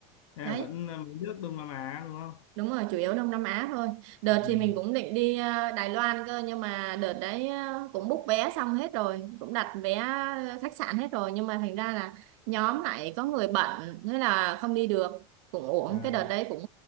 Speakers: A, on the left; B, on the right.
A: thế là
B: đấy
A: vẫn là mấy nước Đông Nam Á đúng không
B: đúng rồi chủ yếu Đông Nam Á thôi đợt
A: ừ.
B: thì mình cũng định đi à, Đài Loan cơ nhưng mà đợt đấy à, cũng book vé xong hết rồi cũng đặt vé khách sạn hết rồi nhưng mà thành ra là nhóm lại có người bận thế là không đi được cũng uổng
A: à,
B: cái đợt đấy cũng